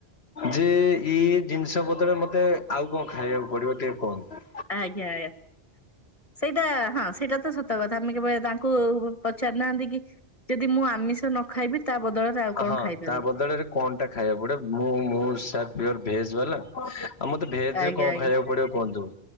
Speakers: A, on the left (about 65°); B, on the left (about 30°).
A: ଯେ ଇଏ ଜିନିଷ ବଦଳରେ ମତେ ମତେ ଆଉ କଣ ଖାଇବାକୁ ପଡିବ ଟିକେ କୁହନ୍ତୁ।
B: ଆଜ୍ଞା ଆଜ୍ଞା। ସେଇଟା ହଁ ସେଇଟା ତ ସତ କଥା ଆମେ କେବେ ତାଙ୍କୁ ପଚାରୁ ନାହାନ୍ତି କି ଯଦି ମୁଁ ଆମିଷ ନ ଖାଇବି ତା ବଦଳରେ ଆଉ କଣ
A: ହଁ
B: ଖାଇପାରିବି।
A: ତା ବଦଳରେ କଣ ଟା ଖାଇବାକୁ ପଡିବ। ମୁଁଁ ମୁଁ ସାର୍ ପିଓର ଭେଜ୍ ବାଲା ଆଉ ମତେ ଭେଜରେ
B: ଆଜ୍ଞା
A: କଣ
B: ଆଜ୍ଞା
A: ଖାଇବାକୁ ପଡିବ କୁହନ୍ତୁ